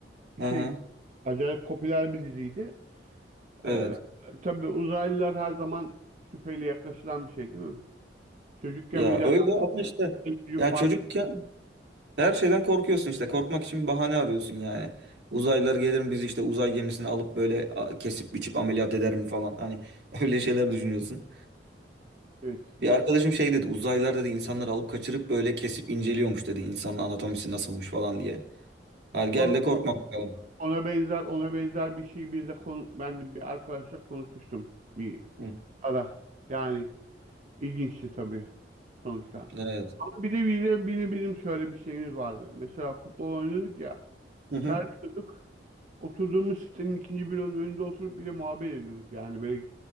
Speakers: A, on the right; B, on the right.
A: Hı
B: şey
A: hı.
B: acayip popüler bir diziydi.
A: Evet.
B: Ee, tabii uzaylılar her zaman şüpheyle yaklaşılan bir şey değil mi? Çocukken
A: Ya
B: bir de
A: öyle ama işte
B: hayal gücü
A: ya
B: fazla.
A: çocuk Her şeyden korkuyorsun işte. Korkmak için bir bahane arıyorsun yani. Uzaylılar gelir mi bizi işte uzay gemisine alıp böyle a, kesip biçip ameliyat eder mi falan. Hani <laughs> öyle şeyler düşünüyorsun.
B: Evet.
A: Bir arkadaşım şey dedi. Uzaylılar dedi insanları alıp kaçırıp böyle kesip inceliyormuş dedi. İnsanın anatomisi nasılmış falan diye. Hadi gel
B: Vallahi
A: de korkma bakalım.
B: Ona benzer ona benzer bir şey biz de konu, ben de bir arkadaşla konuşmuştum. Bir
A: Hı.
B: Ara. Yani ilginçti tabii sonuçta.
A: Evet.
B: Ama bir de bir bir de bizim şöyle bir şeyimiz vardı. Mesela futbol oynuyorduk ya.
A: Hı hı.
B: Terliyorduk. Oturduğumuz sitenin ikinci bloğunun önünde oturup bir de muhabbet ediyorduk. Yani böyle